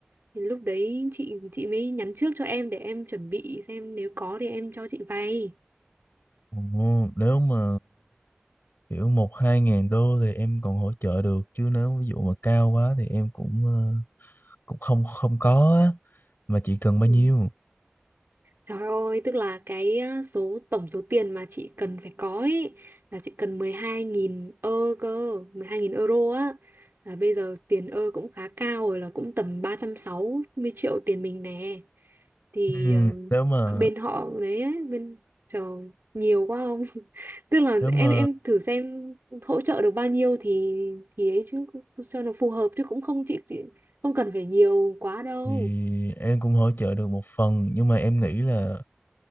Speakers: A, on the right (about 65°); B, on the left (about 55°).
A: thì lúc đấy chị chị mới nhắn trước cho em để em chuẩn bị xem nếu có thì em cho chị vay
B: Ồ, nếu mà kiểu một hai ngàn đô thì em còn hỗ trợ được chứ nếu ví dụ mà cao quá thì em cũng ờ, cũng không không có á. Mà chị cần bao
A: ừ.
B: nhiêu?
A: Trời ơi, tức là cái á, số tổng số tiền mà chị cần phải có ấy là chị cần 12.000 ơ cơ, 12.000 euro á. Là bây giờ tiền ơ cũng khá cao rồi là cũng tầm 360 triệu tiền mình nè. Thì
B: Ừm,
A: ờ,
B: Nếu mà
A: bên họ đấy ấy, bên trời nhiều quá không? <laughs> Tức là
B: nếu mà
A: em em thử xem hỗ trợ được bao nhiêu thì thì ấy chứ cho nó phù hợp chứ cũng không chị, chị không cần phải nhiều quá đâu.
B: thì em cũng hỗ trợ được một phần nhưng mà em nghĩ là